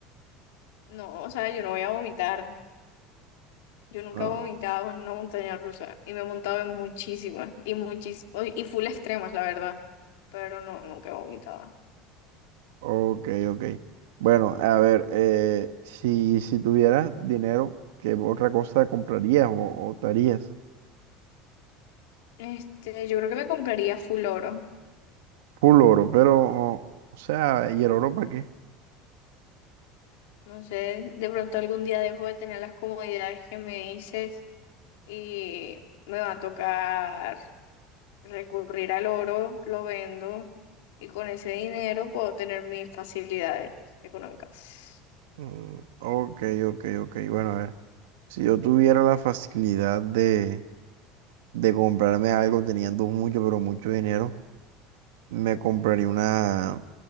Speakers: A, on the left; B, on the right.
A: No, o sea, yo no voy a vomitar. Yo nunca
B: Ah,
A: he vomitado en una montaña rusa y me he montado en muchísimas y muchis o- y full extremas, la verdad. Pero no, nunca he vomitado.
B: ok, ok. Bueno, a ver, eh, si, si tuvieras dinero, ¿qué otra cosa comprarías o, o te harías?
A: Este, yo creo que me compraría full oro.
B: Full oro, pero, o, o sea, ¿y el oro para qué?
A: No sé, de pronto algún día dejo de tener las comodidades que me dices y me va a tocar recurrir al oro, lo vendo y con ese dinero puedo tener mis facilidades económicas.
B: Mm, ok, ok, ok. Bueno, a ver, si yo tuviera la facilidad de, de comprarme algo teniendo mucho, pero mucho dinero, me compraría una,